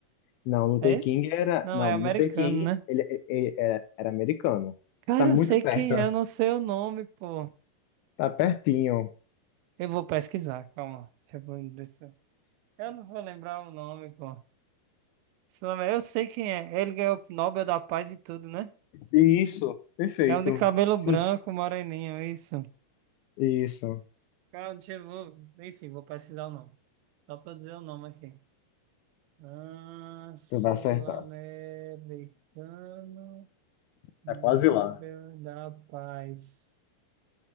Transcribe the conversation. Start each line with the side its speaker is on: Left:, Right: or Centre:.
Left: Não, Luther
Right: É
Left: King
Right: esse?
Left: era.
Right: Não,
Left: Não,
Right: é
Left: Luther
Right: americano,
Left: King,
Right: né?
Left: ele, ele era, era americano.
Right: Cara,
Left: Você está muito
Right: eu sei
Left: perto,
Right: quem é, eu não sei o nome, pô.
Left: tá pertinho.
Right: Eu vou pesquisar, calma. Deixa Eu deixa- eu não vou lembrar o nome, pô. Esse nome- é- Eu sei quem é. Ele ganhou o Nobel da Paz e tudo, né?
Left: Isso, perfeito.
Right: É um de cabelo
Left: Sim,
Right: branco, moreninho, isso.
Left: isso,
Right: Calma, deixa eu... vou- Enfim, vou pesquisar o nome. Só pra eu dizer o nome aqui. Ah, Sul-Americano
Left: tu vai acertar. Tá
Right: Nobel
Left: quase lá.
Right: da Paz.